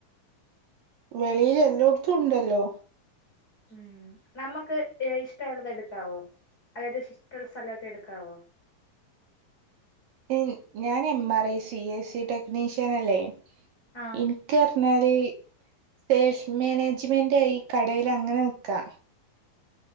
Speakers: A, on the right; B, on the left.
A: വെളിയില് എല്ലോട്ത്തും ഉണ്ടല്ലോ.
B: ഉം. നമ്മക്ക് ഇഷ്ടമുള്ളത് എടുക്കാവോ? അയായത് <unintelligible> ള്ള സ്ഥ ലൊക്കെ എടുക്കാവോ?
A: <unintelligible> ഞാൻ M. R. I. C. S. C. Technician അല്ലേ?
B: ആഹ്
A: ഇൻ <unintelligible> ക്ക് റഞ്ഞാല് സെയിൽസ് മാനേജ്മെന്റായി കടേല് അങ്ങനെ നിക്കാ.